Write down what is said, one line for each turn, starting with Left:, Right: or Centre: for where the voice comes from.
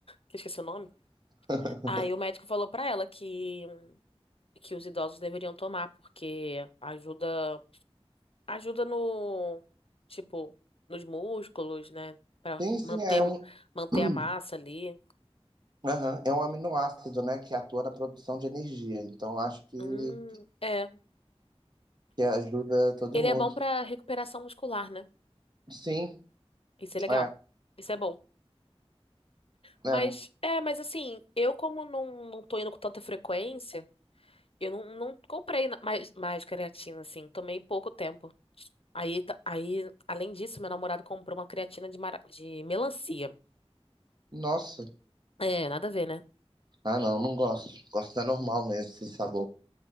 Left: que eu esqueci o nome.
Right: <laughs>
Left: Aí o médico falou pra ela que que os idosos deveriam tomar porque ajuda Ajuda no, tipo, nos músculos, né? Pra
Right: Sim, sim,
Left: manter,
Right: é um.
Left: manter
Right: <clears throat>
Left: a massa ali.
Right: Aham, É um aminoácido, né, que atua na produção de energia. Então, acho que,
Left: Hum, é.
Right: que ajuda todo
Left: Ele
Right: mundo.
Left: é bom pra recuperação muscular, né?
Right: Sim,
Left: Isso é legal.
Right: é,
Left: Isso é bom. Mas,
Right: é.
Left: é, mas assim, eu como não, não tô indo com tanta frequência, eu não, não comprei na- mais, mais creatina, assim. Tomei pouco tempo. Aí, tá- aí, além disso, meu namorado comprou uma creatina de, mara- de melancia.
Right: Nossa.
Left: É, nada a ver, né?
Right: Ah, não, não gosto. Gosto da normal mesmo, sem sabor.